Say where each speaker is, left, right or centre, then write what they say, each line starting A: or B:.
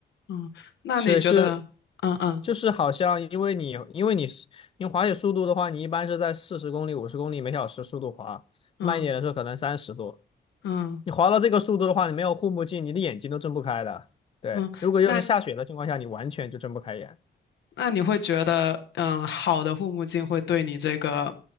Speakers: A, on the left; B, on the left.
A: 嗯，那你觉得？
B: 所以是
A: 嗯嗯
B: 就是好像因为你因为你是因为滑雪速度的话，你一般是在四十公里、五十公里每小时速度滑，慢一点的时候可能三十多。
A: 嗯嗯
B: 你滑到这个速度的话，你没有护目镜，你的眼睛都睁不开的。对，
A: 嗯，
B: 如果又是下雪的情况下，
A: 那
B: 你完全就睁不开眼
A: 那你会觉得，嗯，好的护目镜会对你这个